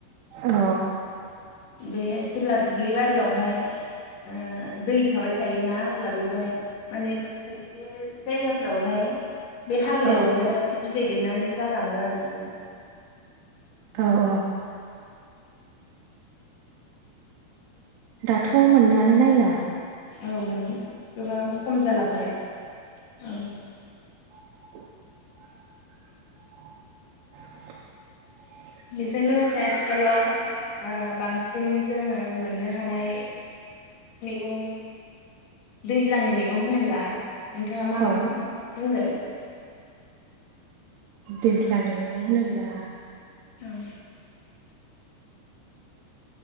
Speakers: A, on the right; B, on the left.
A: औ
B: बे जेब्ला दुब्लि बारियाव बेहाय ओ दै थाबाय थायोना अब्ला बेवहाय माने खायसे जायगा फोरावहाय बे हाग्रायाव
A: औ
B: नो बिदै दैनानैबो गालाङो आरो बे
A: औ औ दाथ' थ मोननोआनो नायला
B: औ गोबां खम जालांबाय औ
A: <unintelligible>
B: बेजों लोगोसे आथिखालाव ओ बांसिन जोङो मोननो हानाय मैगं दैज्लांनि मैगं होनोब्ला नोंथाङा मा
A: औ
B: मा बुंगोन
A: दैज्लांनि मैगं होनोब्ला
B: औ